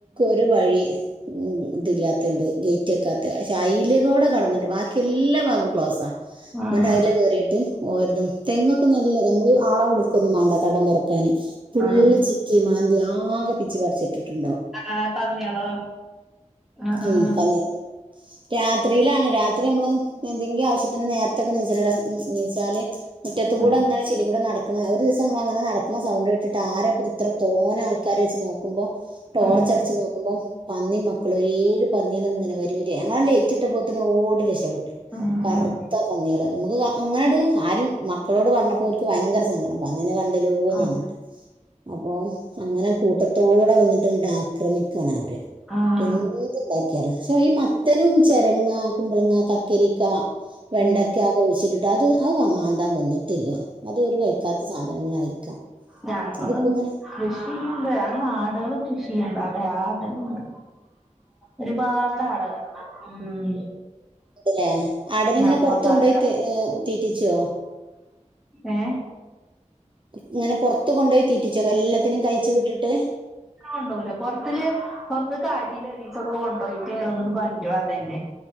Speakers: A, on the right; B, in the centre.
A: ഒരു വഴി ഇത് ഇല്ലാത്തണ്ട് ഗേറ്റ്ക്കാത്ത പക്ഷെ അയ്ല് കൂടെ കടന്നിട്ട് ബാക്കി എല്ലാ ഭാഗവും ക്ലോസാ
B: ആഹ്
A: എന്നിട്ട് അതിലെ കേറിട്ട് ഓരതും തെങ്ങൊക്കെ നല്ലതാ നമ്മള് ആളെ വിളിക്കൊന്നും വേണ്ട തടം തുറ ക്കാന് ഫുളള്
B: ആഹ്
A: ചിക്കി മാന്തി ആകെ പിച്ചിപറിച്ചിട്ടിട്ടുണ്ടാവും
B: ആഹ് പന്നികളോ ആഹ് ആഹ്
A: ഉം പന്നി രാത്രിയിലാണ് രാത്രി നമ്മൾ എന്തെങ്കിലും ആവശ്യത്തിന് നേരത്തെൊക്കെ നീച്ചട നീച്ചാല് മുറ്റത്ത്
B: ഉം
A: കൂടെ അങ്ങനെ ചിലി കൂടെ നടക്കണം ഒരു ദിവസം അങ്ങനെ നടക്കണം സൗണ്ട് കെട്ടിട്ട് ആരപ്പ ഇത്ര തോനെ ആൾക്കാരെ വെച്ച് നോക്കുമ്പോ ടോർച്ച്
B: ഉം
A: അടിച്ച് നോക്കുമ്പോം. പന്നി മക്കളും. ഏഴ് പന്നികള ഇങ്ങനെ വരിവരിയായി ഞങ്ങളൾ ലൈറ്റ് ഇട്ടിട്ടാപത്തിന് ഓടി രക്ഷപ്പെട്ട്
B: ആഹ്
A: കറുത്ത പന്നികള് നമുക്ക് അങ്ങനെയണ്ട് ആരും മക്കളോട് പറഞ്ഞ പറഞ്ഞപ്പോ ഓല്ക് ഭയങ്കര സങ്കടം. പന്നി നെ കണ്ടില്ലോന്ന്
B: ആഹ്
A: വന്നിട്ട് അപ്പോ അങ്ങനെ കൂട്ടത്തോടെ വന്നിട്ട് ഇങ്ങോട്ട് ആക്രമിക്കണ അവര്
B: ആഹ്
A: എന്ത്‌ ഉണ്ടാക്കിയാലും പക്ഷേ ഈ മത്തനും ചരങ്ങ കുമ്പളങ്ങ കക്കേരിക്ക വെണ്ടയ്ക്കാ
B: ഉം
A: <unintelligible> ഇ ട്ടിട്ട് അത് ആ മാന്തൻ വന്നിട്ടില്ല. അതൊരു കഴിക്കാത്ത സാധനങ്ങളായിരിക്കാം.
B: ഞങ്ങളും.
A: അതിപ്പോ ഇങ്ങനെ
B: കൃഷിചെയ്യുന്നു ണ്ട്. ഞ്ഞങ്ങൾ ആടു കളെ കൃഷിചെയ്യുന്നുണ്ട്. അവിടെ ആടു കൾ ഒരുപാടു ആ ടുകളെ കിട്ടും. ഉം.
A: ല്ലേ ആടിനെ ഇങ്ങനെ
B: നമ്മസാക്ക
A: പുറത്തു കൊണ്ടുപോയി തീറ്റിച്ചോ?
B: ഏ.
A: ഇങ്ങനെ പൊറത്ത് കൊണ്ടു പോയി തീറ്റിച്ചോഎല്ലാത്തിനും കഴിച്ചു വിട്ടിട്ട്
B: കൊണ്ടോല പോറത്തിൽ ആയിച്ചയിൽ ഒരിസമൊക്കെ കൊണ്ടോയിട്ട് ഒന്ന് ഇങ്ങട്ടു കൊണ്ടരും അതെന്നെ.